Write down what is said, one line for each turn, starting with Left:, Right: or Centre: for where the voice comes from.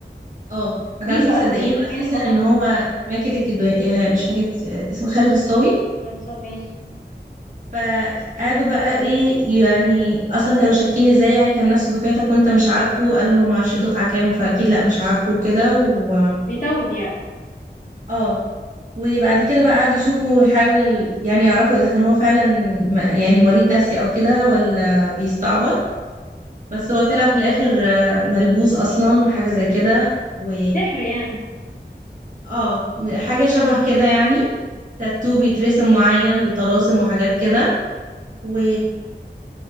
Right: اه ما
Left: مين
Right: كانوش
Left: بقى
Right: مصدقينه
Left: مين
Right: اساسا
Left: البطل
Right: ان هو ماكد الكدواني آه، مش ماكد آه، اسمه خالد الصاوي
Left: أنا اتص- ماشي
Right: فقعدوا بقى ايه يعني اصلا كانوا شاكين ازاي يعني كان نفس دفعتك وانت مش عارفه قال له ما اعرفش الدفعه كام فاكيد لا مش عارفه وكده و
Left: بيتوه يعني
Right: اه وبعد كده بقى قعد يشوفه ويحاول يعني يعرفوا اذا كان هو فعلا م- يعني مريض نفسي او كده ولا بيستعبط بس هو طلع في الاخر آه، ملبوس اصلا حاجه زي كده و
Left: سحر يعني
Right: اه حاجه شبه كده يعني تاتو بيترسم معين بطلاسم وحاجات كده و